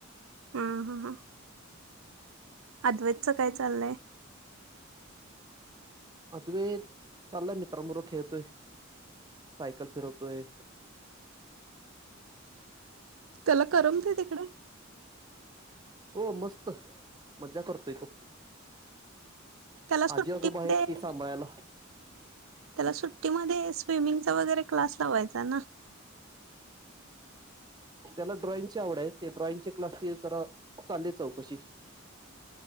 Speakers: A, on the right; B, on the right.
A: हम्म, हम्म, हम्म. अद्वेदचं काय चाललंय?
B: अद्वैत चाललाय मित्रांबरोबर खेळतोय, सायकल फिरवतोय
A: त्याला करमतय तिकडं?
B: हो मस्त, मजा करतोय तो.
A: त्याला सुट्टीमध्ये
B: आजी, आजोबा आहेत कि सांभाळायला.
A: त्याला सुट्टीमध्ये स्विमिंगचा वगैरे क्लास लावायचा ना.
B: त्याला ड्रॉइंगची आवड आहे ते ड्रॉइंगच्या क्लासची जरा चालले चौकशी.